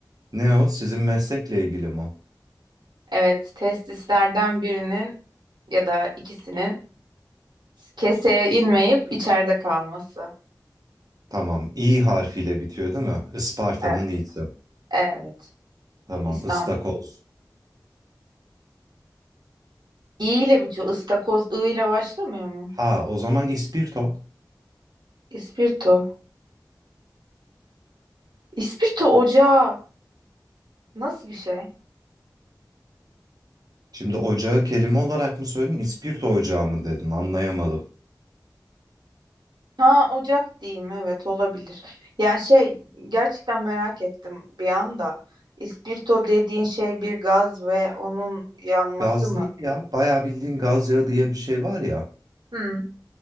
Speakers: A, on the right (about 60°); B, on the right (about 85°).
A: Ne o? Sizin meslekle ilgili mi?
B: Evet, testislerden birinin ya da ikisinin keseye inmeyip içeride kalması.
A: Tamam. İ harfiyle bitiyor değil mi? Isparta'nın
B: Evet.
A: i'si.
B: Evet.
A: Tamam.
B: İstanbul.
A: Istakoz.
B: İ ile bitiyor. İstakoz I ile başlamıyor mu?
A: Ha, o zaman ispirto.
B: İspirto. İspirto ocağı nasıl bir şey?
A: Şimdi ocağı kelime olarak mı söyledin? İspirto ocağı mı dedin? Anlayamadım.
B: Ha ocak diyeyim evet olabilir. Ya şey gerçekten merak ettim bir anda. İspirto dediğin şey bir gaz ve onun yanması
A: Gaz
B: mı?
A: değil ya. Bayağı bildiğin gaz yağı diye bir şey var ya.
B: Hı,